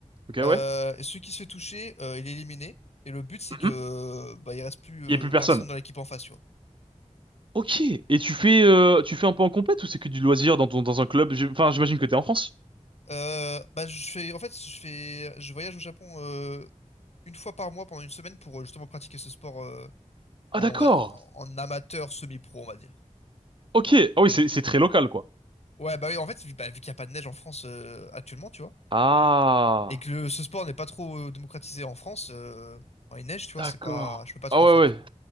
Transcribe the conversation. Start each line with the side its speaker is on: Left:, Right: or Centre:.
Right: Ok, ouais.
Left: Euh, et celui qui se fait toucher, euh, il est éliminé. Et le but, c'est
Right: Mhm.
Left: que bah, il reste plus euh,
Right: Il y a plus personne.
Left: personne dans l'équipe en face, tu vois.
Right: Ok. Et tu fais, euh, tu fais un peu en compète ou c'est que du loisir dans ton, dans un club? J'ai- Enfin, j'imagine que t'es en France.
Left: Euh, bah, je fais, en fait, je fais, je voyage au Japon euh, une fois par mois pendant une semaine pour euh, justement pratiquer ce sport euh, en,
Right: Ah, d'accord.
Left: va- en en amateur semi-pro, on va dire.
Right: Ok. Ah oui, c'est, c'est très local, quoi.
Left: Ouais, bah oui, en fait, vu, bah, vu qu'il n'y a pas de neige en France euh, actuellement, tu vois,
Right: Ah,
Left: et que le- ce sport n'est pas trop euh, démocratisé en France, euh, quand il neige, tu vois,
Right: d'accord.
Left: c'est pas, je peux pas trop
Right: Ah
Left: en
Right: ouais,
Left: faire,
Right: ouais.
Left: tu vois.